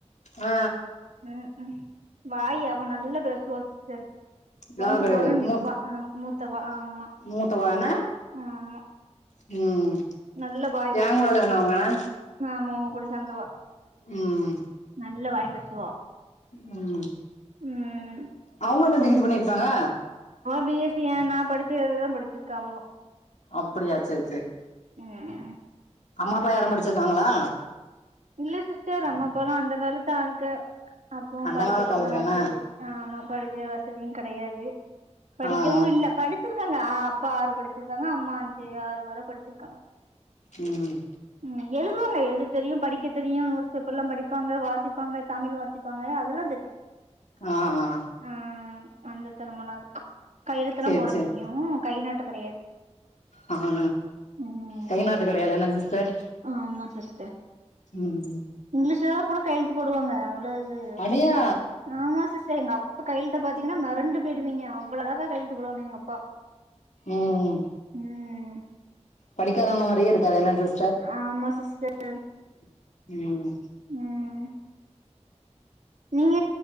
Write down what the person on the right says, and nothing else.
ம் ம் வாய் அவ நல்ல பேசுவா சிஸ்டர்
வந்து போறோன் நிப்பா
அ மூத்தவா ஆமா
ஆமா
நல்ல வாய் பேசுவா
ஆமா அவுங் கூட சேந்து அவ
நல்ல வாய் பேசுவா
ம்
பிஎஸ்சி ஏ நா படிச்சது தா படிச்சிருக்கா அவுளு
ம்
இல்ல சிஸ்டர் அம்மா அப்பாலா அந்த காலத்து ஆளுங்க அப்போ
படிக்கர்த்துக்குலா
வசதி
ஆ ஆமா படிக்க வசதியு கடையாது படிக்கவும
இல்ல படிச்சிரு க்காங்க அப்பா ஆறு படிச்சிருக்காங்க அம்மா அஞ்சு ஆறு வர படிச்சிருக்காங்க
ம் எழுதுவாங்க எழுத தெரியு படிக்க தெரியு நியூஸ் பேப்பர்லா படிப்பாங்க வாசிப்பாங்க தமிழ் வாசிப்பாங்க அதெல்லா தெரியு
ம் அந்த தெறமலாருக்கு கையெழுத்துல்லா
போட
தெரியு கை நாட்டு கெடையாது
ம்
ஆமா சிஸ்டர்
இங்லிஷ் கூட கையெழுத்து போடுவாங்க அவள இது
ஆமா சிஸ்டர் டர் எங்கப்பா கையெழுத்த பாத்தீங்கன்னா மெரண்டு போய்டுவீங்க அவ்ளோ அழகா கையெழுத்து போடுவாங்க எங்க அப்பா
ம்
ஆமா சிஸ்டர்
ம் நீங்க